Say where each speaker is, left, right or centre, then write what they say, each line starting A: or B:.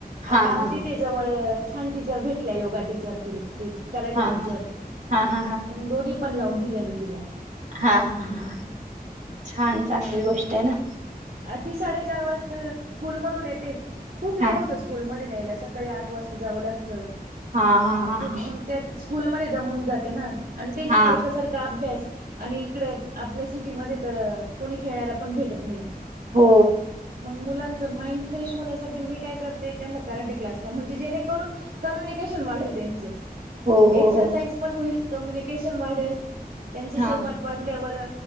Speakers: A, on the right; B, on the right.
A: हा
B: आता आमची
A: हा
B: ते जवळ. छान टीचर भेटल्या योगा टीचर. ते कराटे
A: हा
B: टीचर
A: हा हा हा हा हा
B: मग दोन्ही पण लावून दिले मी तिला.
A: हा ह ह छान चांगली गोष्ट आहे ना.
B: ती साडेचार वाजता स्कूल मधून येते खूप लेट
A: हा
B: होतो स्कूल मध्ये न्यायला सका. सकाळी आठ वाजता जाव लागत
A: हा हा
B: खूप
A: हा हा
B: मग त्या. स्कूलमध्ये दमून जाते ना आणि ते सारखं
A: हा
B: सारखं. अभ्यास आणि इकडे आपल्या सिटीमध्ये तर कोणी खेळायला पण भेटत नाही.
A: हो
B: मुलांच माइंड फ्रेश होण्यासाठी मी काय करते त्यांना कराटे क्लासला म्हणजे जेणेकरून. कम्युनिकेशन मॉडेल त्यांच.
A: हो हो
B: एक्सरसाइज
A: हो
B: पण होईल कम्यनिकेशन वाढल त्यांचा
A: हा
B: संवाद. वाढल्यावर